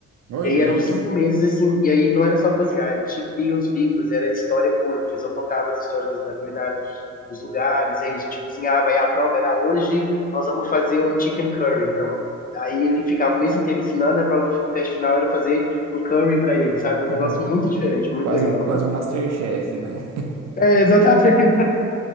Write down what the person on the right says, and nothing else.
Olha
isso.
<laughs>
Quase,
o- quase um MasterChef, né?